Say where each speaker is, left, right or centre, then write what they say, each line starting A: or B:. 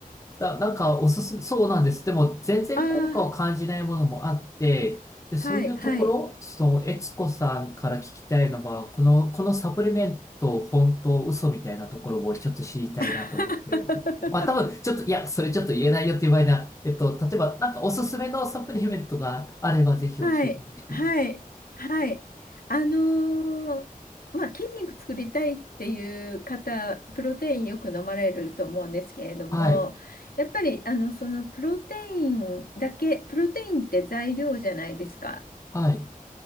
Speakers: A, on the left; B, on the left.
A: だ、なんかおすすめ、そうなんです。でも全然効果を感じないものもあって、
B: ああ
A: で、そういうところ、
B: はい、はい。
A: その、悦子さんから聞きたいのは、この、このサプリメント、本当、嘘みたいなところをちょっと知りたいなと思ってる。
B: <laughs>
A: まあ、多分、ちょっと、いや、それちょっと言えないよっていう場合な、えっと、例えば、なんかおすすめのサプリメントがあれば、ぜひ教えてほしい。
B: はい、はい、はい。あのーまあ、筋肉作りたいっていう方、プロテインよく飲まれると思うんですけれども、
A: はい、
B: やっぱり、あの、そのプロテインだけ、プロテインって材料じゃないですか。
A: はい、